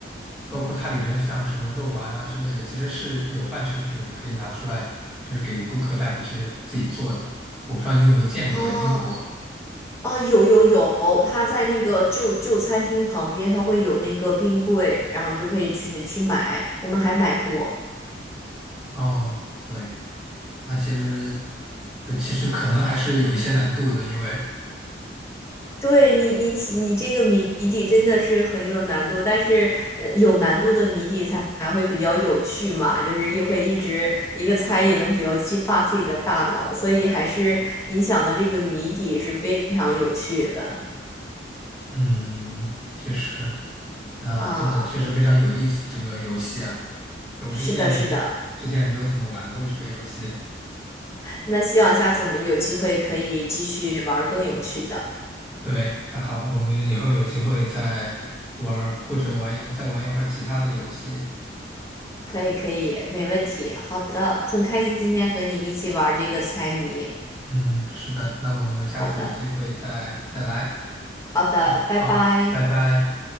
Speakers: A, in the centre; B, on the left.
A: 包括它里面的像什么肉丸啊之类的，其实是有半成品可以拿出来，就是给顾客带回去自己做的。我不知道你有没有见过在英国？
B: 哦，哦，有有有，他在那个旧旧餐厅旁边，他会有那个冰柜，然后你就可以去你去买，我们还买过。
A: 哦，对。那其实，对，其实可能还是有一些难度的，因为，
B: 对你，你起你这个谜谜底真的是很有难度，但是呃有难度的谜底才才会比较有趣嘛，就是一会一直一个猜也能比较激发自己的大脑，所以还是你想的这个谜底是非常有趣的
A: 嗯，确实，那真的确实非常有意思这个游戏啊，
B: 啊，
A: 我之前也
B: 是的，是的，
A: 之前也没有怎么玩过这个游戏。
B: 那希望下次我们有机会可以继续玩儿更有趣的，
A: 对，还好，我们以后有机会再玩儿或者玩一再玩一会儿其他的游戏。
B: 可以可以，没问题，好的，很开心今天和你一起玩儿这个猜谜，
A: 嗯，是的，那我们下次有机会再再来。
B: 好的好的，
A: 啊，
B: 拜拜。
A: 好，拜拜。